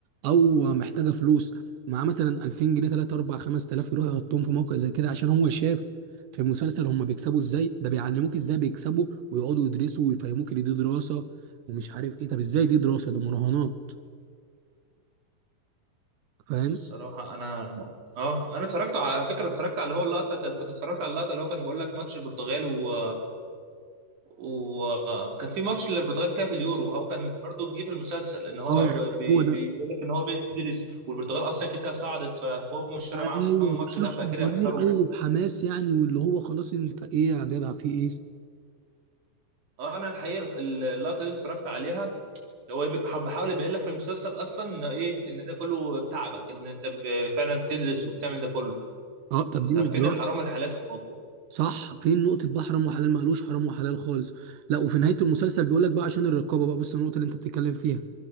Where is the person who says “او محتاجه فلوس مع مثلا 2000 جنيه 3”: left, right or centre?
Right